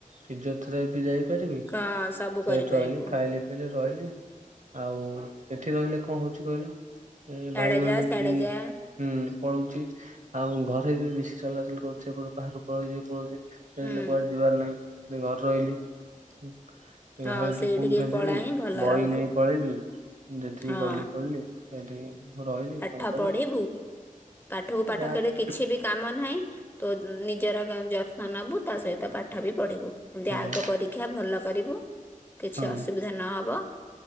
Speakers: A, on the right (about 60°); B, on the left (about 15°).
A: ଫିଜିଓଥେରାପି ଯାଇ ପାରିବି
B: ହଁ ସବୁ
A: ସେଇଠି
B: କରିପାରିବୁ
A: ରହିଲି ଖାଇଲି ଲି ରହିଲେ ଆଉ ଏଠି ରହିଲେ କଣ ହୋଉଚି କହିଲ ଏ
B: ଇଆଡେ
A: ଭାଇମାନେ
B: ଯା ସିଆଡେ
A: କି
B: ଯା
A: ହୁଁ ପଳୋଉଚି ଆଉ ଘରେ ବି ବେଶୀ ଚଲାଚଲି କରୁଚି ଏପଟୁ ବାହାରୁକୁ ପଳୋଉଚି ପଳୋଉଚି। ସେଠି ହେଲେ
B: ହୁଁ
A: କୁଆଡେ ଯିବାର ନାହିଁ ସେ ଘରେ ରହିଲି। ସେ
B: ହଁ
A: ଘରେ
B: ସେଇଠିକି
A: ଫୋନ୍ କରିଥିଲି
B: ପଳା ହିଁ ଭଲ
A: ବହି
B: ରହିବୁ
A: ନେଇ ପଳେଇବି ଯେତିକି
B: ହଁ
A: ପଢିଲି ପଢିଲି। ସେଠି ରହିଲି
B: ପାଠ
A: କଣ କଲି
B: ପଢିବୁ ପାଠକୁ ପାଠ
A: ଯାହା
B: କଲେ
A: କ-
B: କିଛି ବି କାମ ନାହିଁ। ତ ନିଜର ଯତ୍ନ ନବୁ ତା ସହିତ ପାଠ ବି ପଢିବୁ ଏମତି
A: ହଁ
B: ଆଗ ପରୀ। ଦେ୍ା ଭଲକରିବୁ। କିଛି
A: ହଁ
B: ଅସୁବିଧା ନହବ